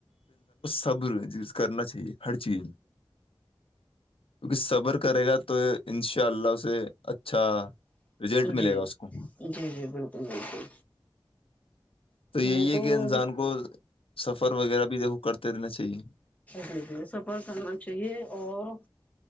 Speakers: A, on the left; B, on the left.
A: سب یز کرنا چاہیے ہر چیز کیونکہ صبر کرے گا تو ان شاء اللہ اسے اچھا رزلٹ
B: جی
A: ملے گا اس کو
B: جی جی بالکل بالکل
A: تو یہی
B: میں
A: ہے کہ
B: ہوں
A: انسان کو سفر وغیرہ بھی دیکھو کرتے رہنا چاہیے
B: جی جی سفر کرنا چاہیے اور